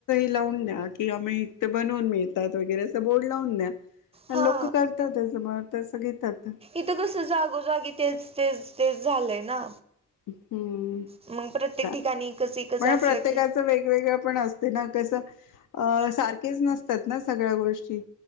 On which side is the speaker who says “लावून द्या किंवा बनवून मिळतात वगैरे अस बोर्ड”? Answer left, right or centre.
Left